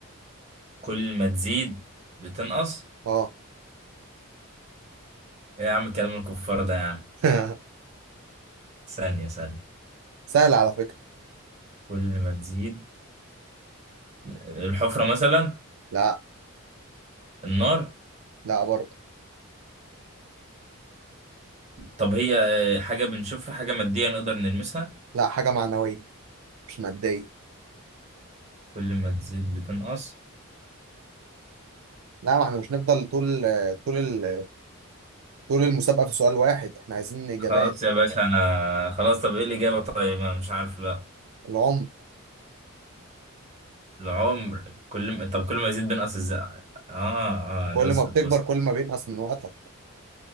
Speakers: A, on the right; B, on the right.
A: كل ما تزيد بتنقص
B: اه
A: إيه يا عم كلام الكفار ده يا عم
B: <laughs>
A: ثانية ثانية
B: سهل على فكرة
A: كل ما تزيد الحفرة مثلا
B: لا
A: النار
B: لا برضه
A: طب هي آه، حاجة بنشوفها حاجة مادية نقدر نلمسها
B: لا حاجة معنوية مش مادية
A: كل ما تزيد بتنقص
B: لا ما احنا مش نفضل طول طول ال- طول المسابقة في سؤال واحد احنا عايزين اجابات
A: خلاص يا باشا أنا خلاص طب إيه الإجابة طيب أنا مش عارف لا
B: العمر
A: العمر كل ما طب كل ما يزيد بينقص إزاي آه
B: كل
A: آه ده وصلت
B: ما بتكبر
A: وصلت
B: كل ما بينقص من وقتك